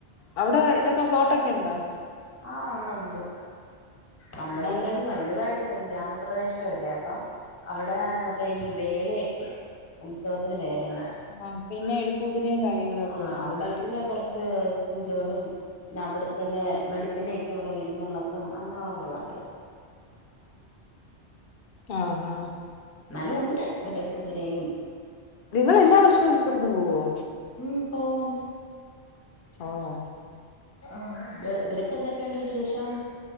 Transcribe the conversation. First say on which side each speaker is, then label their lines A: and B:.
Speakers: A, on the left; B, on the left.
A: അവിടെ ഇതൊക്കെ ഫ്ലോട്ട്ൊക്കെ ഉണ്ടോ
B: ആഹ് അവിടെ ഉണ്ട് നമ്മുടെ
A: പിന്നെ
B: അത്രയൊന്നും വലിയതായിട്ടില്ല ഒരു ഗ്രാമപ്രദേശം അല്ലേ ആഏ അവിടെ മറ്റേ ഈ വേലൊക്കെയാ ഉത്സവത്തിന് വേലെന്നാ പറുന്നത്
A: ആ പിന്നെ എടുപ്പുതിരയും കാര്യങ്ങളും ഒക്കെ
B: ആ
A: ആയിരിക്കും
B: അമ്പലത്തിലെ
A: കൂടുതല്
B: കുറച്ച് പൂജകളും പിന്നെ അവിടെത്തന്നെ വെള പ്പന്നെയൊക്കെയുള്ള ഇഴുന്നള്ളത്തും അങ്ങനെയുള്ള പരിപാടികളാണ്
A: ആഹഹ
B: എന്നാലും ഉണ്ട് മറ്റേ കുതിരയും
A: നിങ്ങൾ എല്ലാ വർഷവും ഉത്സവത്തിനന് പോവോ
B: ഉം ഓൺ
A: ആഹ
B: ആ നിനക്ക എന്തൊക്കെയുണ്ട് വിശേഷം